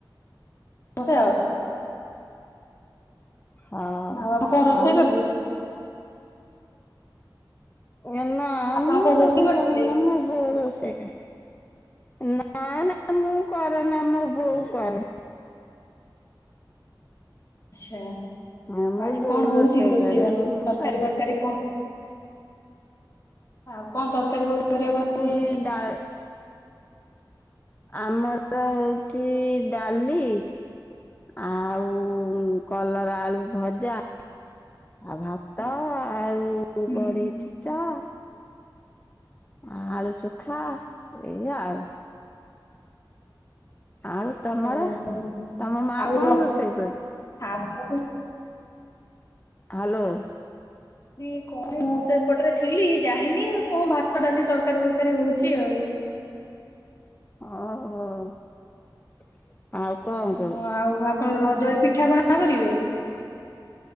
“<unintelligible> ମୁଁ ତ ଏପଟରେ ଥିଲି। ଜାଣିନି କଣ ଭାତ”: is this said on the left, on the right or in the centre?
Left